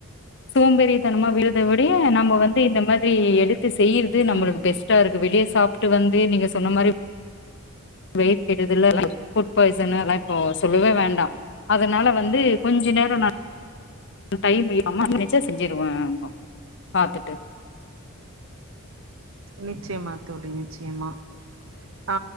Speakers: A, on the left (about 50°); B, on the right (about 60°).
A: சோம்பேறித்தனமா விடுறத விடயு நம்ம வந்து இந்த மாதிரி எடுத்து செய்யறது நம்மளுக்கு
B: ம்
A: பெஸ்
B: ம்
A: ட்டா இருக்கு வெளிய சாப்டு வந்து நீங்க சொன்ன மாரி வெயிட் கெட்டதில்ல அதலா ஃபுட் பாய்சனு அதெல்லா இப்போ சொல்லவே வேண்டா அதனால வந்து கொஞ்ச நேரோ நா டைம் இருந்தா அம்மா நெனச்சா செஞ்சுருவே பாத்துட்டு
B: நிச்சயமா தோழி நிச்சயமா ஆ